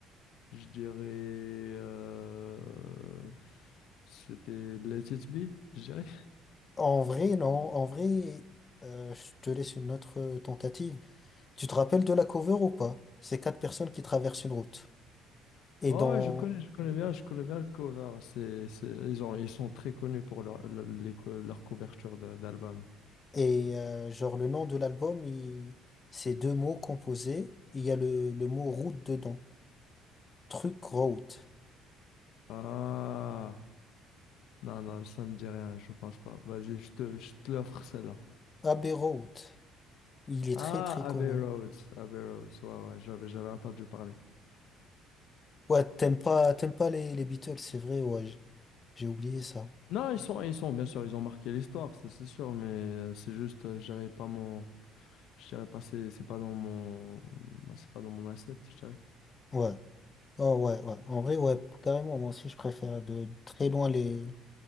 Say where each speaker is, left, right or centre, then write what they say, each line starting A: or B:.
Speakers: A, on the left; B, on the left.
A: Je dirais... euh, C'était Let It Be, je dirais.
B: En vrai, non. En vrai, euh, je te laisse une autre tentative. Tu te rappelles de la cover ou pas? C'est quatre personnes qui traversent une route. Et
A: Ouais,
B: dans
A: ouais, je connais, je connais bien, je connais bien le cover. C'est, c'est, ils ont, ils sont très connus pour leur, le- les co- leur couverture de- d'album.
B: et euh, genre le nom de l'album, il... c'est deux mots composés. Il y a le, le mot route dedans. Truc road.
A: Ah, non, non, ça me dit rien, je pense pas. Vas-y, je te, je te l'offre celle-là.
B: Abbey Road. Il est
A: Ah,
B: très très
A: Abbey
B: connu.
A: Roads, Abbey Roads, ouais, ouais, j'avais, j'avais entendu parler.
B: Ouais, t'aimes pas t'aimes pas les, les Beatles, c'est vrai. Ouais, j- j'ai oublié ça.
A: Non, ils sont, ils sont, bien sûr, ils ont marqué l'histoire, ça c'est sûr, mais euh, c'est juste, euh, je dirais pas mon, je dirais pas, c'est c'est pas dans mon, bah, c'est pas dans mon asset, je dirais.
B: Ouais. Oh ouais ouais. En vrai ouais, carrément. Moi aussi je préfère de très loin les